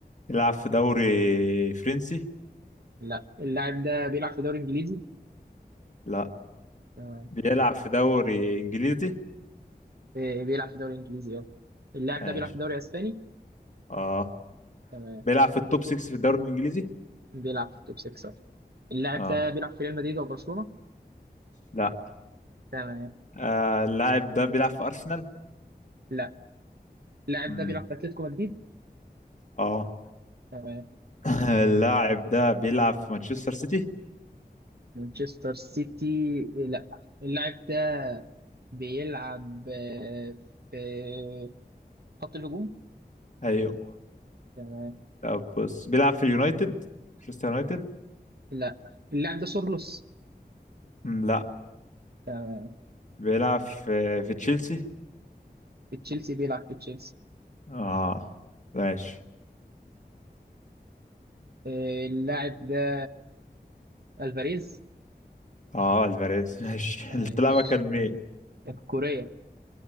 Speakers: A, on the left; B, on the right.
A: بيلعب في دوري فرنسي
B: لا اللاعب ده بيلعب في دوري انجليزي
A: لا
B: تمام
A: بيلعب في دوري إنجليزي
B: إيه، إيه، بيلعب في دوري انجليزي اه اللاعب
A: ماشي
B: ده بيلعب في دوري اسباني
A: اه
B: تمام
A: بيلعب في التوب 6 في الدوري الانجليزي
B: بيلعب في التوب 6 صح اللاعب
A: اه
B: ده بيلعب في ريال مدريد وبرشلونة
A: لا
B: تمام
A: آه اللاعب ده بيلعب في ارسنال
B: لا اللاعب
A: مم.
B: ده بيلعب في اتلتيكو مدريد
A: اه
B: تمام
A: <laughs> اللاعب ده بيلعب في مانشستر سيتي
B: مانشستر سيتي إيه، لا اللاعب ده بيلعب آه، في خط الهجوم
A: ايوه
B: تمام
A: طب بص بيلعب في اليونايتد مانشستر يونايتد
B: لا اللاعب ده سورلوس
A: مم، لا
B: تمام
A: بيلعب في في تشيلسي
B: في تشيلسي بيلعب في تشيلسي
A: اه ماشي
B: آه، اللاعب ده الفاريز
A: اه الفاريز ماشي <laughs>
B: عايش
A: اللاعب كان مين
B: الكورية